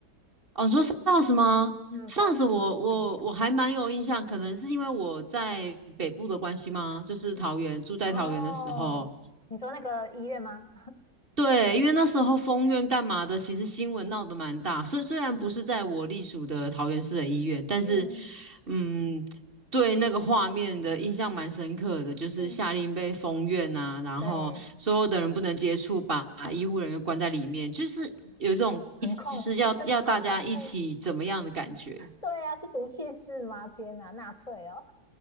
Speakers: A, on the right; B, on the left.
A: 哦，你说 SARS 吗？SARS
B: 嗯，SARS
A: 我我我还蛮有印象，
B: 我没什么印象。
A: 可能是因为我在北部的关系吗？就是桃园，
B: 嗯
A: 住在桃园的时候，
B: 哦，你说那个医院吗？
A: 对，因为那时候封院干嘛的，其实新闻闹得蛮大。虽虽然不是在我隶属的桃园市的医院，但是，
B: 嗯
A: 嗯，对那个画面的印象蛮深刻的，就是下令被封院啊，
B: 嗯，
A: 然后所有的人不能接触，
B: 对，
A: 把医护人员关在里面，就是有一种一起就是要要大家一起怎么样的感觉。
B: 很恐怖，真的好恐怖。对啊，是毒气室吗？天哪，纳粹哦。